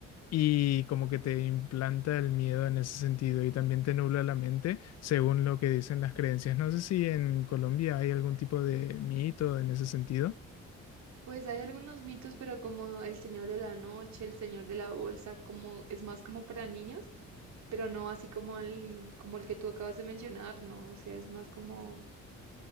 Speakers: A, on the left; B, on the right.
A: y como que te implanta el miedo en ese sentido y también te nubla la mente, según lo que dicen las creencias. No sé si en Colombia hay algún tipo de mito en ese sentido.
B: Pues hay algunos mitos, pero como El Señor de la Noche, El Señor de la Bolsa, como es más como para niños, pero no así como el, como el que tú acabas de mencionar, no, o sea, es más como